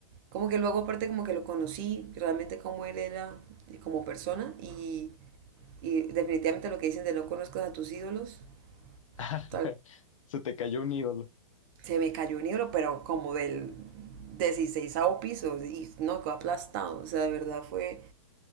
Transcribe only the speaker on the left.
<laughs>
Se te cayó un ídolo.